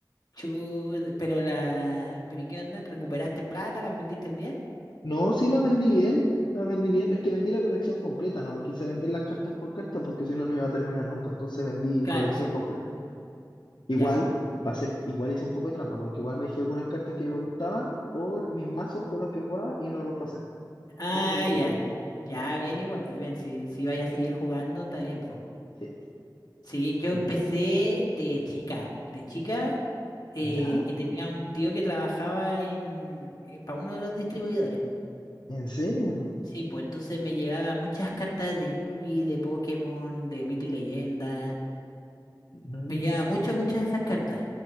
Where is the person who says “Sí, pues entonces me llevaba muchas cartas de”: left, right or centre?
Left